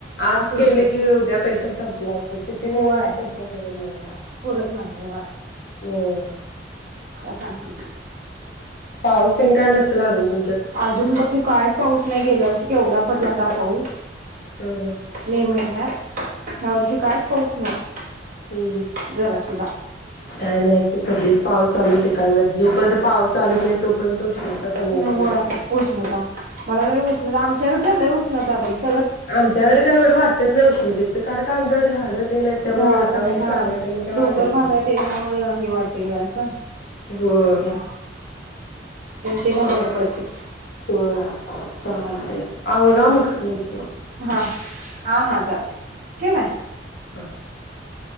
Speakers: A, on the left; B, on the right.
A: आज
B: असं
A: केले
B: होते.
A: की उद्या पैसा संपला अस. सिटी
B: होय
A: लेवलचा पैसा पुरत नाही.
B: पुरत नाही बुवा.
A: ओय अं
B: सांगतेस
A: हं, पाऊस तेन काय नसेल आजून तु
B: आजून बग की कायच पाऊस नाही. गेल्या वर्षी केवढा पडला होता पाऊस,
A: ह ह.
B: मे महिन्यात. ह्या वर्षी कायच पाऊस नाही.
A: हम्-हम्,
B: जरा सुद्धा
A: काय नाही ते कधी पाऊस चालूतय काय माहित, जोपर्यंत पाऊस चालत नाही तोपर्यंत उष्णता कमी
B: म्
A: येत
B: व्हय
A: नाही.
B: उष्णता मला जरा उष्णता आमच्याकडे तर लई उष् लता बाईस
A: आमच्याकडे काय एवढं वाटत नाही उष्णितेचं कारण का आमच्याकडे झाडं तेन आहेत त्यामुळे
B: झाडे
A: वातावरण
B: त नाही हं,
A: चांगलं आहे त्यामुळे काय
B: डोंगर
A: वाटत नाही
B: भाग आय तेज्यामुळं हे वाटतय गं जरासं.
A: होय.
B: तेण तेनं बरं पड- <inaudible>
A: वहय चालतंय, आवरा मग नंत्
B: हां, हां-हां चालतंय. ठेऊ काय?
A: <unintelligible>